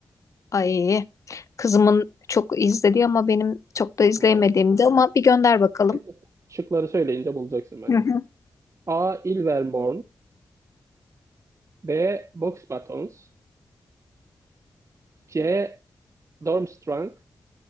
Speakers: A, on the left (about 45°); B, on the right (about 40°).
A: Ay, kızımın çok izlediği ama benim çok da izleyemediğimdi
B: Ha.
A: ama bir gönder bakalım.
B: Şimdi şıkları söyleyince bulacaksın bence.
A: Hı hı.
B: A. Ilvermorny B. Boxbatons C. Durmstrang